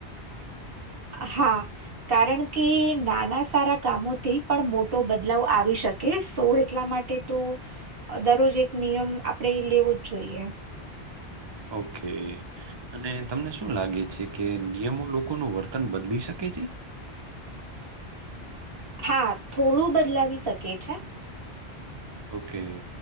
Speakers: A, on the right; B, on the right.
A: હા કારણ કે નાના સારા કામોથી પણ મોટો બદલાવ આવી શ ઓકે સો એટલા માટે તો અ-દરરોજ એક નિયમ આપણેે લેવો જ જોઈએ.
B: ઓકે. અને તમને શું લાગે છે કે નિયમો લોકોનો વર્તન બદલી શકે છે?
A: હા થોડું બદલાવી શકે છે.
B: ઓકે.